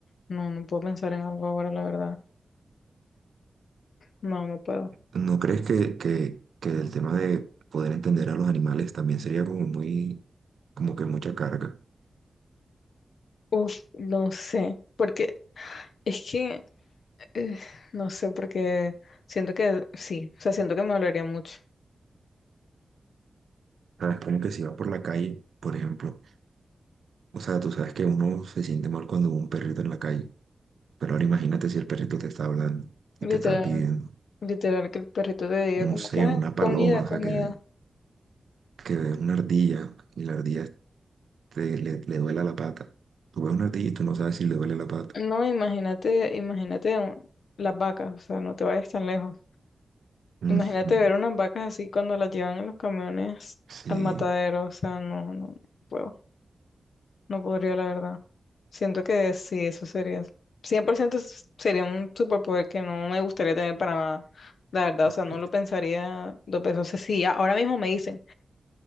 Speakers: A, on the left; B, on the right.
A: No, no puedo pensar en algo ahora, la verdad. No, no puedo.
B: ¿No crees que, que, que el tema de poder entender a los animales también sería como muy, como que mucha carga?
A: Uf, no sé, porque es que, eh, no sé, porque siento que sí, o sea, siento que me dolería mucho.
B: ¿Sabes? Como que si vas por la calle, por ejemplo, o sea, tú sabes que uno se siente mal cuando ve un perrito en la calle, pero ahora imagínate si el perrito te está hablando y
A: Literal,
B: te está pidiendo,
A: literal, que el perrito te diga
B: no
A: como
B: sé,
A: que, "Ah,
B: una paloma,
A: comida, comida.
B: o sea, que, ve- que ves una ardilla y la ardilla te, le, le duele la pata. Tú ves una ardilla y tú no sabes si le duele la pata.
A: No, imagínate, imagínate un- las vacas, o sea, no te vayas tan lejos.
B: Ujú,
A: Imagínate ver unas vacas así cuando las llevan en los camiones
B: Sí,
A: al matadero, o sea, no, no, no puedo, no podría, la verdad. Siento que sí, eso sería, 100% s- sería un superpoder que no me gustaría tener para nada, la verdad,
B: bueno,
A: o sea, no
B: viste.
A: lo pensaría dos veces. O sea, si ahora mismo me dicen,